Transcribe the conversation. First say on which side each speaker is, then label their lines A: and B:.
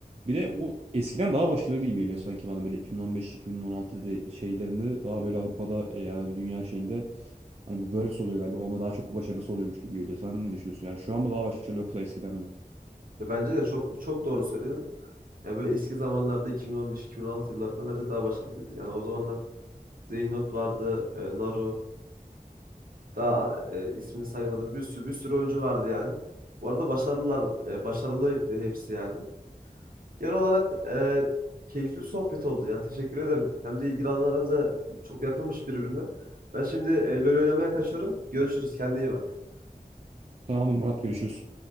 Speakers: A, on the right (about 45°); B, on the right (about 65°).
A: bir de bu eskiden daha başarılı gibi geliyor sanki bana böyle 2015-2016'da şeylerinde daha böyle Avrupa'da e, ya da dünya şeyinde hani bu Worlds oluyor galiba onda daha çok başarılısı oluyormuş gibi geliyor. Sen ne düşünüyorsun? Yani şu an mı daha başarılı yoksa eskiden mi?
B: Ya bence de çok çok doğru söyledin. Ya böyle eski zamanlarda 2015-2016 yıllarında bence daha başarılıydı. Yani o zamanlar Zeynout vardı, e, Naru, daha e, ismini saymadım. Bir sürü bir sürü oyuncu vardı yani. Bu arada başarılılar, e, başarılıydı hepsi yani. Genel olarak e, keyifli bir sohbet oldu. Yani teşekkür ederim. Hem de ilgi alanlarımız da çok yakınmış birbirine. Ben şimdi e, LoL oynamaya kaçıyorum. Görüşürüz. Kendine iyi bak.
A: Tamamdır Murat görüşürüz.